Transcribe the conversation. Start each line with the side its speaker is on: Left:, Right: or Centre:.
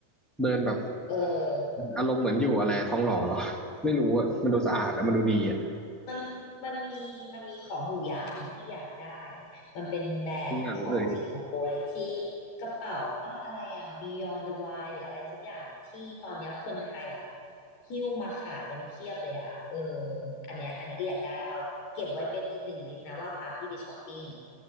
Centre: เดินแบบ
Left: เออ
Centre: อารมณ์เหมือนอยู่อะไรท้องหล่อหรอ <laughs> ไม่รู้อะมันดูสะอาดอะมันดูดีอะ
Left: มันมันมีมันมีของอยู่อย่างหนึ่งที่พี่อยากได้มันเป็นแบรนด์ของสิงคโปร์เลยที่
Centre: ทุกอย่างเลย
Left: กระเป๋าป้าอะไรอ่ะ Beyond the Wild หรืออะไรสักอย่างอ่ะที่ตอนเนี้ยคนไทยอ่ะหิ้วมาขายกันเพียบเลยอ่ะเอออันเนี้ยอันนี้ก็อยากได้เอาเก็บไว้เป็นอีกหนึ่งลิสต์นะว่าพาพี่ไปช้อปปิ้ง